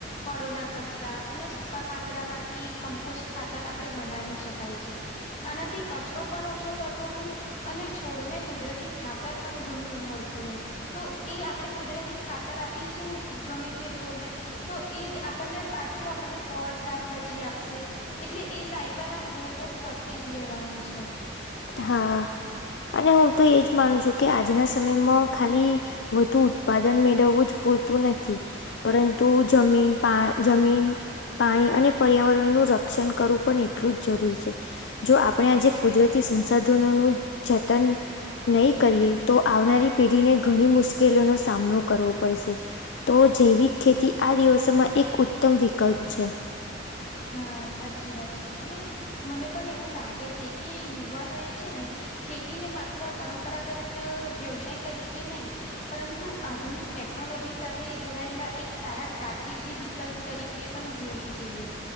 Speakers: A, on the left; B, on the left.
A: ફળોના કચરા અને સૂકા પાંદડામાંથી કમ્પોસ્ટ ખાતર આપણડે બનાવી શકાય છે. આનાથી કચરો પણ ઓછો થતો હોય, અને છોડને કુદરતી ખાત <unintelligible> પણ ઘણું એવું મળતું હોય તો એ આપડે કુદરતી ખાતર આપીશું, ગમે તે છોડને તો એ જ આપણને, પાછું આપણને ફળ શાકભાજી આપશે એટલે એ સાયકલ આમ ગોર ગોર ફરતી જ રહેવાની છે.
B: હા. અને હું તો એજ માનું છું કે આજના સમયમાં ખાલી, વધુ <unintelligible> મેડવવું જ પૂરતું નથી, પરંતુ જમીન પા જમીન પાણી અને પર્યાવરણનું રક્ષણ કરવું પણ એટલું જ જરૂર છે. જો આપણે આજે કુદરતી સંસાધનોનું જતન નહી કરીએ, તો આવનારી પેઢીને ઘણી મુશ્કેલીઓનો સામનો કરવો પડશે. તો જૈવિક ખેતી આ દિવસોમાં એક ઉત્તમ વિકલ્પ છે.
A: હા, સાચી વાત છે અને મને પણ એવું લાગે છે કે, યુવાનો એ છે ને ખેતીને માત્ર પરંપરાગત વ્યવસાય તરીકે નહીં પરંતુ આધુનિક ટેકનોલોજી સાથે જોડાયેલા એક સારા કારકિર્દી વિ કલ્પ તરીકે પણ જોવી જોઈએ.